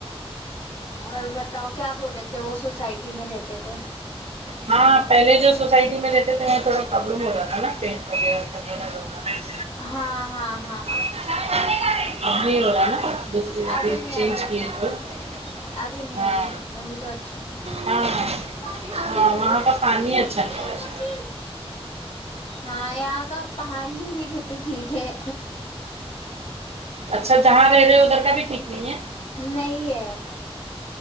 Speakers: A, on the left; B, on the right.
A: اور بتاؤ کیا بول رہے تھے وہ سوسائٹی میں رہتے تھے
B: ہاں پہلے جو سوسائٹی میں رہتے تھے تھوڑا پرابلم ہو رہا تھا نا پیٹ وغیرہ کا <unintelligible>
A: ہاں ہاں ہاں
B: <unintelligible>
A: اب نہیں ابھی نہیں ابھی نہیں
B: ہاں
A: ابھی نہیں ابھی تو اچھا <unintelligible>
B: ہاں ہاں وہاں کا پانی اچھا نہیں ہے شاید
A: ہاں یہاں کا پانی بھی نہیں ٹھیک ہے
B: اچھا جہاں رہے ہو ادھر کا بھی ٹھیک نہیں ہے
A: نہیں ہے